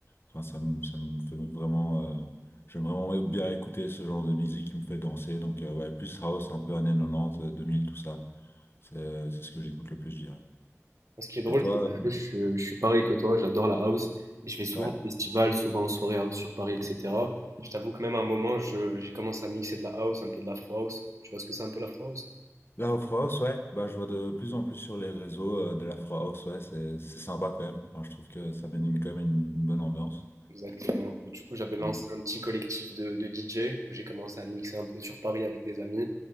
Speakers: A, on the left (about 45°); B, on the right (about 70°).
A: enfin, ça me, ça me fait vraiment, euh, j'aime vraiment bien écouter ce genre de musique qui me fait danser, donc euh, ouais, plus house, un peu années 90, euh, 2000, tout ça. C'est, c'est ce que j'écoute le plus, je dirais.
B: Ce qui est drôle,
A: Et toi?
B: c'est que
A: euh,
B: je, suis je suis pareil que toi, j'adore la house. Et je vais souvent
A: Ouais.
B: au festival, souvent en soirée house sur Paris, etc. Je t'avoue que même à un moment, je- j'ai commencé à mixer de la house, un peu de l'afro house. Tu vois ce que c'est un peu l'afro house?
A: La Afro House, ouais, bah, je vois de plus en plus sur les réseaux euh, de la Afro House, ouais, c'est c'est sympa quand même. Enfin, je trouve que ça mène une- quand même une, une bonne ambiance.
B: Exactement. Et du coup, j'avais lancé
A: Ouais.
B: un petit collectif de, de DJ où j'ai commencé à mixer un peu sur Paris avec des amis